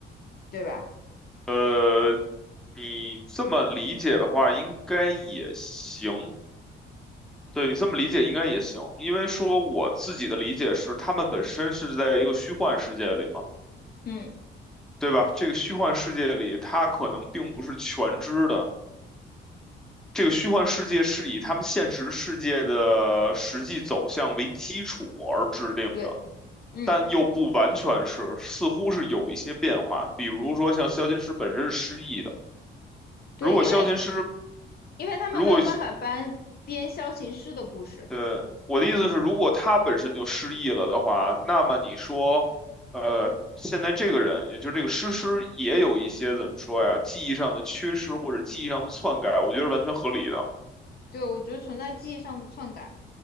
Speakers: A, on the left; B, in the centre.
A: 对吧？
B: 呃，你这么理解的话，应该也行。对你这么理解应该也行，因为说我自己的理解是，他们本身是在一个虚幻世界里嘛，
A: 嗯，
B: 对吧？这个虚幻世界里，它可能并不是全知的。这个虚幻世界是以他们现实世界的实际走向为基础而制定的，
A: 对，嗯。
B: 但又不完全是，似乎是有一些变化。比如说，像萧琴师本身是失忆的，
A: 对，
B: 如果萧琴师
A: 因为因为他们没有办法搬编萧琴师的故事。
B: 如果对，我的意思是，如果他本身就失忆了的话，那么你说，呃，现在这个人，也就是这个诗诗，也有一些怎么说呀，记忆上的缺失或者记忆上的篡改，我觉得是完全合理的，
A: 对，我觉得存在记忆上的篡改。